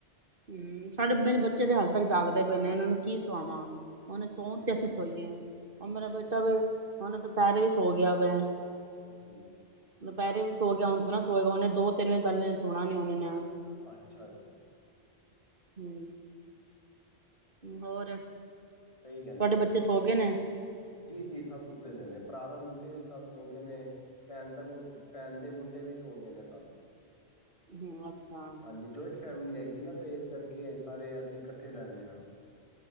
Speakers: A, on the right (about 55°); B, on the left (about 30°).
A: ਹੂੰ ਸਾਡੇ ਮੇਰੇ ਬੱਚੇ ਤੇ ਹਜੇ ਤੱਕ ਜਾਗਦੇ ਪਏ ਨੇ ਉਹਨਾਂ ਨੂੰ ਕੀ ਸੁਵਾਵਾਂ। ਹੁਣ ਇਹ ਸੋਣ
B: ਜੀ
A: ਤੇ ਅਸੀਂ ਸੋਈਏ। ਉਹ ਮੇਰਾ ਬੇਟਾ ਵੀ ਹੁਣ ਦੁਪਹਿਰੇ ਵੀ ਸੋ ਗਿਆ ਵੇ।
B: ਜੀ
A: ਦੁਪਹਿਰੇ ਵੀ ਸੋ ਗਿਆ ਹੁਣ ਥੋੜ੍ਹਾ ਨਾ ਸੋਏਗਾ ਹੁਣ ਇਹ ਦੋ-ਤਿੰਨ ਦਿਨ ਪਹਿਲੇ ਸੋਣਾ ਨੀ ਉਹਨੇ ਨੇ।
B: ਅੱਛਾ ਜੀ।
A: ਹੂੰ ਹੋਰ
B: ਸਹੀ ਕਹਿੰਦੇ
A: ਤੁਹਾਡੇ ਬੱਚੇ
B: ਬਸ,
A: ਸੋ ਗਏ ਨੇ
B: ਜੀ-ਜੀ ਸਭ ਸੁੱਤੇ ਦੇ ਨੇ। ਭਰਾ ਦਾ ਮੁੰਡੇ ਵੀ ਸਭ ਸੌ ਗਏ ਨੇ, ਭੈਣ ਦਾ ਭੈਣ ਦੇ ਮੁੰਡੇ ਵੀ ਸੌ ਗਏ ਨੇ ਸਭ।
A: ਹੂੰ ਅੱਛਾ
B: ਹਾਂਜੀ ਜੁਆਇੰਟ ਫੈਮਲੀ ਹੈਗੀ ਨਾ ਤੇ ਕਰਕੇ ਸਾਰੇ ਅਸੀਂ ਇਕੱਠੇ ਰਹਿੰਨੇ ਆ।